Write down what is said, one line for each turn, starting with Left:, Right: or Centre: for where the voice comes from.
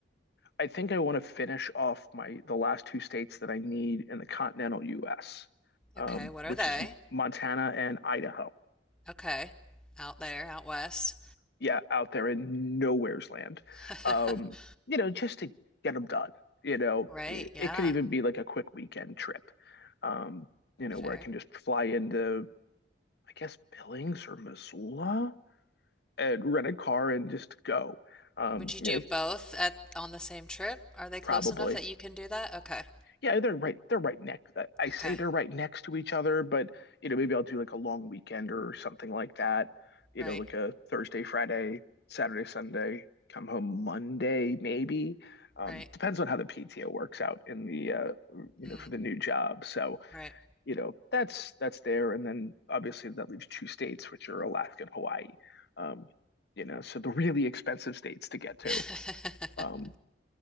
Left: I think I want to finish off my the last two states that I need in the continental US, um,
Centre: Okay, what
Left: which
Centre: are they?
Left: is Montana and Idaho.
Centre: Okay. Out there, out west.
Left: Yeah, out there in nowhere's land.
Centre: <laughs>
Left: Um, you know, just to get them done. You know,
Centre: Right,
Left: it,
Centre: yeah.
Left: it could even be like a quick weekend trip. Um, you know,
Centre: Fair.
Left: where I can just fly into, I guess, Billings or Missoula and rent a car and just go. Um,
Centre: Would you
Left: you
Centre: do
Left: know,
Centre: both at on the same trip? Are they
Left: probably.
Centre: close enough that you can do that? Okay.
Left: Yeah, they're right. They're right next. I I say
Centre: Okay.
Left: they're right next to each other, but you know, maybe I'll do like a long weekend or something like that. You
Centre: Right,
Left: know, like a Thursday, Friday, Saturday, Sunday, come home Monday, maybe. Um,
Centre: right.
Left: depends on how the PTO works out in the uh, you
Centre: Mm,
Left: know, for the new job. So,
Centre: right.
Left: you know, that's that's there. And then obviously that leaves two states, which are Alaska and Hawaii. Um, you know, so the really expensive states to get to.
Centre: <laughs>
Left: Um,